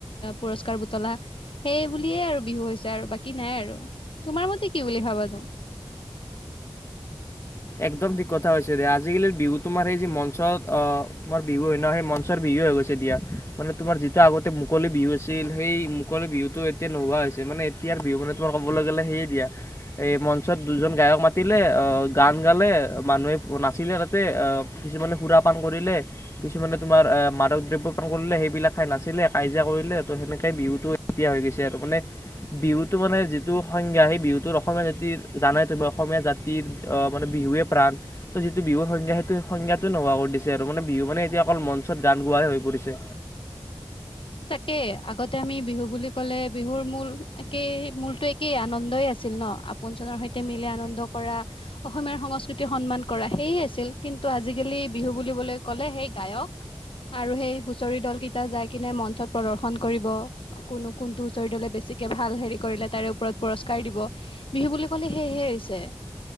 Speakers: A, on the left; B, on the left.
A: পুৰস্কাৰ বুতলা। সেই বুলিয়ে আৰু বিহু হৈছে আৰু বাকী নাই আৰু। তোমাৰ মতে কি বুলি ভাবানো?
B: একদম ঠিক কথা হৈছে দে। আজিকালিৰ বিহুটো মাৰি যি মঞ্চত অ তোমাৰ বিহু হয় ন। সেই ম <unintelligible> বিহু হৈ গৈছে দিয়া। মানে তোমাৰ যিটো আগতে মুকলি বিহু আছিল। সেই মুকলি বিহুটো এত এতিয়া নোহোৱা হৈছে। মানে এতিয়াৰ বিহু মানে তোমাৰ ক'বলে গ'লে সেয়ে দিয়া। এ মঞ্চত দুজন গায়ক মাতিলে। অ গান গালে, মানুহে নাচিলে তাতে, আ কিছুমানে সুৰাপান কৰিলে। কিছুমানে তোমাৰ আহ মাদক দ্ৰব্য পান কৰিলে। সেইবিলাক খাই নাছিলে, কাজিয়া কৰিলে, ত সেনেকে বিহুটো এতিয়া হৈ গৈছে আৰু মানে, বিহুটো মানে যিটো সংজ্ঞা। সেই বিহুটোত অসমীয়া জাতিৰ জানাই তুমি অসমীয়া জাতিৰ অ, মানে বিহুৱে প্ৰাণ। তো যিটো বিহুৰ সংজ্ঞা, সেইটো সংজ্ঞাটোৱে নোহোৱা কৰি দিছে আৰু মানে বিহু মানে এতিয়া অকল মঞ্চত গান গোৱাহে হৈ পৰিছে।
A: তাকে, আগতে আমি বিহু বুলি ক'লে বিহুৰ মূল একেই মূলতো একেই আনন্দই আছিল ন। <unintelligible> সৈতে মিলি আনন্দ কৰা। অসমীয়াৰ সংস্কৃতি সন্মান কৰা। সেইয়ে আছিল। কিন্তু আজিকালি বিহু বুল বুলি বলে কলে সেই গায়ক আৰু সেই হুচৰি ডল কেইটা যাই কেনে ম ত প্ৰদৰ্শন কৰিব। কোনো কোনটো হুচৰি দলে বেছিকে ভাল হেৰি কৰিলে তাৰে ওপৰত পুৰস্কাৰ দিব। বিহু বুলি কলে সেইহে হৈছে।